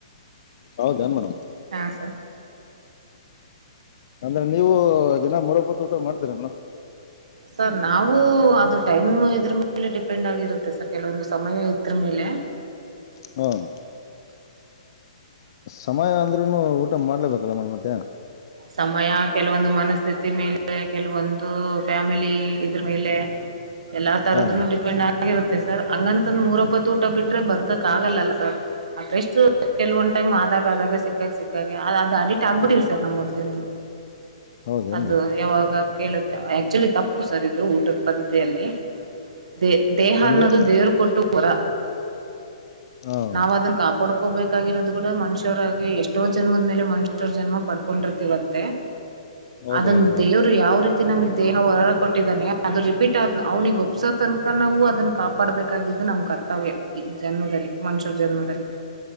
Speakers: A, on the left (about 40°); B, on the right (about 70°).
A: ಹೌದನ್ ಮೇಡಮ್
B: ಹಾ ಸರ್
A: ಅಂದ್ರೆ ನೀವು ಿನ ಮರೊಬ್ಬತ್ ಊಟ ಮಾಡ್ತ್ರ ಮೇಡ್
B: ಸರ್ ನಾವು ಅದು ಟೈಮ್ ಇದ್ರ ಮ ಎಲ್ಲ ಡಿಪೆಂಡ್ ಆಗಿರುತ್ತೆ ಸ ಕೆಲವೊಂದು ಸಮಯ ಇದ್ರ ಮೇಲೆ
A: ಹ್ಮ ಸಮಯ ಅಂದ್ರ್ೂ ಊಟ ಮಾಡ್ಲೇಬೇಕಲ್ಲ ಮೇಡ್ ಮತ್ತೆ
B: ಸಮಯ ಕೆಲವೊಂದು ಮನಸ್ಥಿತಿ ಮೇಲೆ ಕೆಲವೊಂದು ಫ್ಯಾಮಿಲಿ ಇದ್ರ ಮೇಲೆ ಎಲ್ಲಾ ತರದನು
A: ಹಾಂ
B: ಡಿಪೆಂಡ್ ಆಗಿರುತ್ತೆ ಸರ್ ಹಂಗಂತಂದ ಮೂರಪ್ಪತ್ತು ಊಟ ಬಿಟ್ರೆ ಬದಕಕ್ ಆಗಲ್ಲ ಸರ್ ಅತ್ತಷ್ಟು ಕೆಲವಂದ್ ಟೈಮ್ ಆದಾಗ ಆದಾಗ ಸಿಕ್ಕಕ್ ಸಿಕ್ಕಾಗಿ ಅದು ಅದು ಅಡಿಟ್ ಆಗ್ಬಿಟ್ಟಿ ಚನ್ನ ಮೊದಲಿಂದ.
A: ಹೌದೇನು
B: ಅದು
A: ರೀ
B: ಯಾವಾಗ. ಕೇಳುತ್ತೆ ಆಕ್ಚುಲಿ ತಪ್ಪು ಸರ್ ಇದು ಊಟದ ಪದ್ಧತಿಯಲ್ಲಿ. ದೇ ದೇಹ
A: ಅಂದ್ರೆ
B: ಅನ್ನೋದು ದೇವ್ ಕೊಟ್ಟು. ರ.
A: ಹಾಂ
B: ನಾವ್ ಅದನ್ನ ಕಾಪಾಡ್ಕೋಬೇಕು. ಆಗಿರದುೂಡ ಮನುಷ. ಎಷ್ಟೋ ಜನ್ಮದ ಮೇಲೆ. ಜನ್ಮ ಪಡ್ಬೇಕ. ಕತಿವಂತೆ.
A: ಹೌದು
B: ಅದನ್
A: ಹೌದು ಮೇಡಮ್
B: ದೇವರು ಯಾವ ರೀತಿ. ನಮಗ್ ದೇಹ ಹೊರಡ ಕೊಟ್ಟಿದ್ದಾನೆ ಅದು ರಿಪೀಟ್ ಆದ ಅವ್ನಿಿಗೆ ಒಪ್ಸೋ ತನಕ ನಾವು ಅದನ್ನ ಕಾಪಾಡ್ಬೇಕಾಗಿದ್ದು ನಮ್ ಕರ್ತವ್ಯ ಈ ಜನ್ಮದಲ್ಲಿ. ಮನುಷ್ಯರ ಜನ್ಮದಲ್ಲಿ